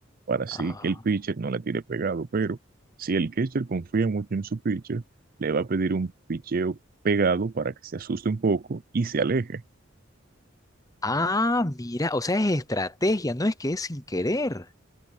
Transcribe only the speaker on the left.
Ah,
ah, mira, o sea, es estrategia, no es que es sin querer.